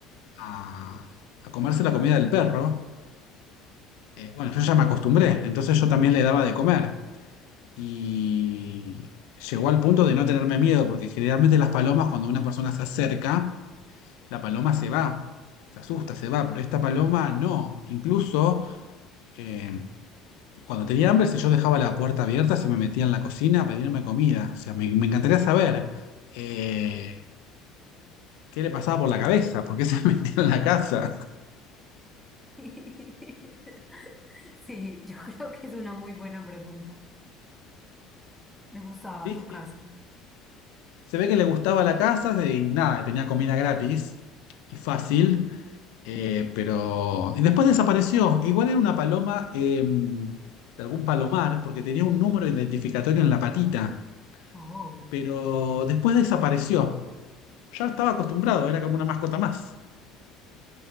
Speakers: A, on the left; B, in the centre.
A: a, a comerse la comida del perro. Eh, bueno, yo ya me acostumbré, entonces yo también le daba de comer. y llegó al punto de no tenerme miedo, porque generalmente las palomas, cuando una persona se acerca, la paloma se va, se asusta, se va, pero esta paloma no. Incluso eh, cuando tenía hambre, si yo dejaba la puerta abierta, se me metía en la cocina a pedirme comida. O sea, me, me encantaría saber eh, qué le pasaba por la cabeza, por qué se <laughs> metía en la casa.
B: <laughs> sí, yo creo que es una muy buena pregunta. ¿Le gustaba
A: Sí,
B: tu
A: sí.
B: casa?
A: Se ve que le gustaba la casa y nada, tenía comida gratis y fácil. Eh, pero y después desapareció. Igual era una paloma eh, de algún palomar, porque tenía un número identificatorio en la patita,
B: Oh,
A: pero después desapareció. Ya estaba acostumbrado, era como una mascota más.